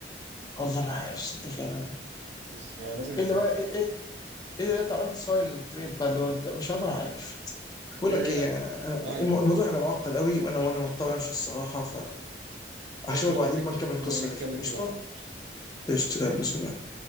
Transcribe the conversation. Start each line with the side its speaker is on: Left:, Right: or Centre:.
Left: والله ما عارف صدق فعلا
Right: بس فلازم ليبرون
Left: الا بقى
Right: يمشي
Left: إل- إل- الا لو انت عملت ساين اند تريد بقى اللي هو انت مش والله ما عارف بقول
Right: هي
Left: لك ايه
Right: هي
Left: آه،
Right: كلها ان
Left: الم-
Right: ليبرون
Left: الموضوع هيبقى معقد قوي وانا وانا مضطر امشي الصراحه فاشوفك
Right: خلاص مش
Left: بعدين
Right: نبقى نك-
Left: بقى نكمل القصه
Right: نبقى نتكلم
Left: دي قشطه
Right: فيه بعدين
Left: قشطه يلا سلام